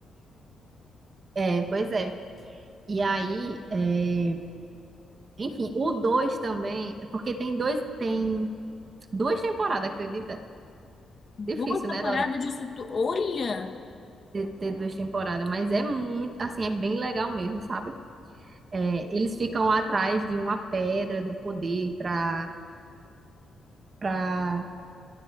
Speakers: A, on the right; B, on the left.
A: É, pois é. E aí, é, enfim, o 2 também, porque tem dois, tem duas temporadas, acredita?
B: Duas
A: Difícil, né,
B: temporadas
A: Dora,
B: disso, tu- olha.
A: ter, ter duas temporadas, mas é muito, assim, é bem legal mesmo, sabe? É, eles ficam atrás de uma pedra do poder para para